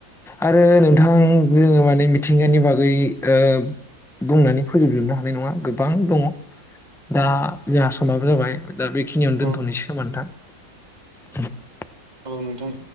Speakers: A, in the centre; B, on the right.
A: आरो नोंथां जोङो माने मिथिंगानि बागै ओ बुंनानै फोजोबजोबनो हानाय नङा। गोबां दङ'। दा जोंहा समाबो जाबाय। दा बेखिनियावनो दोनथ'नोसै
B: औ
A: खोमा नोंथां। <inaudible>
B: औ नोंथां।